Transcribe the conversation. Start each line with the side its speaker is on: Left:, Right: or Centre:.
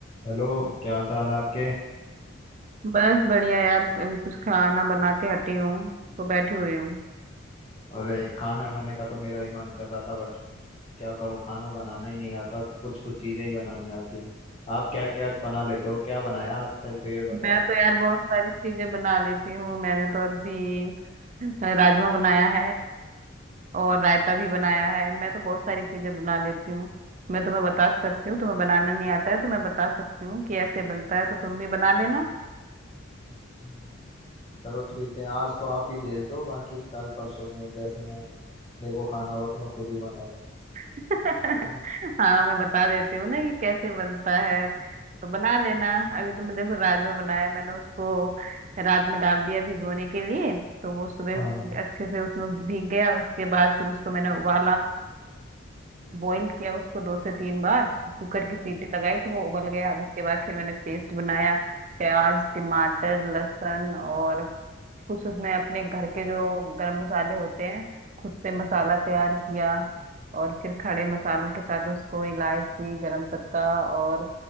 Left: Hello क्या हाल चाल है आपके
Right: बस बढ़िया यार अभी कुछ खाना बना के हटी हूँ तो बैठी हुई हूँ
Left: अरे खाना खाने का तो मेरा ही मन कर रहा था बट क्या करूं खाना बनाना ही नहीं आता कुछ कुछ चीजें ही बनानी आती है आप क्या क्या बना लेते हो क्या बनाया आज पहले तो ये बताओ
Right: मैं तो यार बहुत सारी चीजें बना लेती हूँ मैंने तो अभी राजमा बनाया है और रायता भी बनाया है मैं तो बहुत सारी चीजें बना लेती हूँ मैं तुम्हें बता सकती हूँ तुम्हें बनाना नहीं आता है तो मैं बता सकती हूँ कि ऐसे बनता है तो तुम भी बना लेना
Left: हम्म, चलो ठीक है आज तो आप ही भेज दो बाकी कल परसों में जैसे मैं मेरे को खाना होगा तो मैं खुद ही बना
Right: <laughs>
Left: लूंगा
Right: हाँ मैं बता देती हूँ ना कि कैसे बनता है तो बना लेना अभी तो मैं देखो राजमा बनाया मैंने उसको रात में डाल दिया भिगोने के लिए तो वो सुबह
Left: हाँ
Right: अच्छे से उसमें भीग गया उसके बाद फिर उसको मैंने उबाला बॉईल किया उसको दो से तीन बार कुकर की सीटी लगाई तो वो उबल गया अब उसके बाद फिर मैंने पेस्ट बनाया प्याज टमाटर लहसुन और कुछ उसमें अपने घर के जो गरम मसाले होते हैं खुद से मसाला तैयार किया और फिर खड़े मसालों के साथ उसको इलायची गरम पत्ता और